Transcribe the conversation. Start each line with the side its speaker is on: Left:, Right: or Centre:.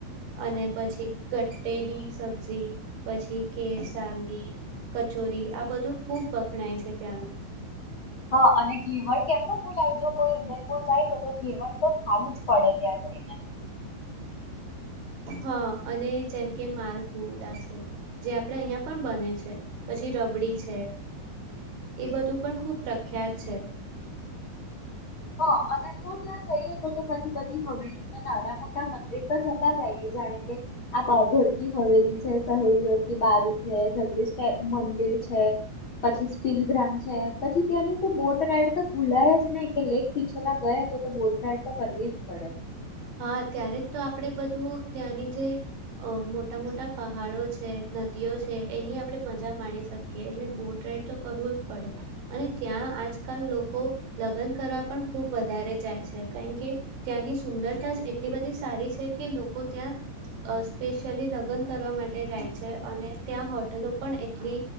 Right: અને પછી ગટ્ટેની સ <unintelligible> પછી કે સાંગવી, કચોરી આ બધું ખુબ વખણાય છે ત્યાંનું
Left: હા અને ઘીવર કેમનું ભૂલાય, જો કોઈ ઉદયપુર જાય તો, તો ઘેવર તો ખાવું જ પડે ત્યાં જાયને.
Right: હા અને જેમ કે માલપુડા છે, જે આપણે અહિયાં પણ બને છે, પછી રબડી છે. એ બધું પણ ખૂબ પ્રખ્યાત છે.
Left: હા અને જો ત્યા જઈએ તો તો, પછી બધી હવેલી ને નાના મોટા મંદિર તો જતા આઈએ જાણે કે, આ બાઘોર કી હવેલી છે, સહેલીઓ કી બારી છે, જગદીશ મંદિર છે, પછી સ્પીલગ્રામ છે, પછી ત્યાંની તો બોટ રાઈડ તો ભુલાય જ નય કે લેક પીછલા ગયા તો તો બોટફાડ તો કરવી જ પડે.
Right: હા ત્યારે જ તો આપણેે બધું ત્યાંની જે મોટા મોટા પહાડો છે, નદીઓ છે, એની આપડે મજા માણી શકીએ એટલે બોટ રાઈડ તો કરવું જ પડે અને ત્યાં આજકાલ લોકો લગન કરવા પણ ખૂબ વધારે જાય છે કારણ કે ત્યાંની સુંદર સુંદરતા એટલી બધી સારી છે કે, લોકો ત્યાં સ્પેશિયલી લગન કરવા માટે જાય છે અને ત્યાં હોટલો પણ એટલી